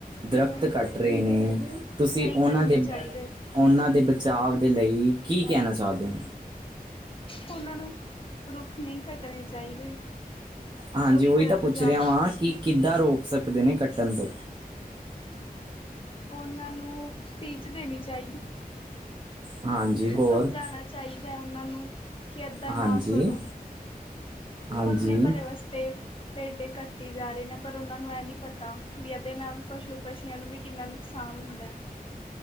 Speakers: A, on the right; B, on the left.
A: ਦਰਖਤ
B: ਹੂੰ
A: ਕੱਟ ਰਹੇ ਨੇ, ਤੁਸੀ
B: ਨਹੀਂ
A: ਉਹਨਾ
B: ਕੱਟਣੇ
A: ਦੇ
B: ਚਾਹੀਦੇ
A: ਉਹਨਾਂ ਦੇ ਬਚਾਅ ਦੇ ਲਈ ਕੀ ਕਹਿਣਾ ਚਾਹੁੰਦੇ ਹੋ?
B: ਉਹਨਾਂ ਨੂੰ ਰੁੱਖ ਨਹੀਂ ਕੱਟਣੇ ਚਾਹੀਦੇ।
A: ਹਾਂਜੀ
B: ਉਹਦੀ
A: ਉਹੀ
B: ਵਜ੍ਹਾ
A: ਤਾਂ ਪੁੱਛ
B: ਤੋਂ ਜ਼ਿਆਦਾ
A: ਰਿਹਾ ਵਾਂ ਕਿ ਕਿੱਦਾਂ ਰੋਕ ਸਕਦੇ ਨੇ ਕੱਟਣ ਤੋਂ?
B: ਉਹਨਾਂ ਨੂੰ ਸਪੀਚ ਦੇਣੀ ਚਾਹੀਦੀ।
A: ਹਾਂਜੀ ਹੋਰ
B: ਸਮਝਾਣਾ ਚਾਹੀਦਾ ਏ ਉਹਨਾਂ ਨੂੰ। ਕਿ ਇੱਦਾਂ
A: ਹਾਂਜੀ
B: ਨਾ ਕਰੋ
A: ਹਾਂਜੀ
B: ਆਪਣੇ ਭਲੇ ਵਾਸਤੇ ਭੇਡੇ ਕੱਟੀ ਜਾ ਰਹੇ ਨੇ, ਪਰ ਉਹਨਾਂ ਨੂੰ ਇਹ ਨੀ ਪਤਾ ਵੀ ਇਹਦੇ ਨਾਲ ਪਸ਼ੂ ਪਛੀਆਂ ਨੂੰ ਵੀ ਕਿੰਨਾ ਨੁ ਨੁਕਸਾਨ ਹੁੰਦਾ।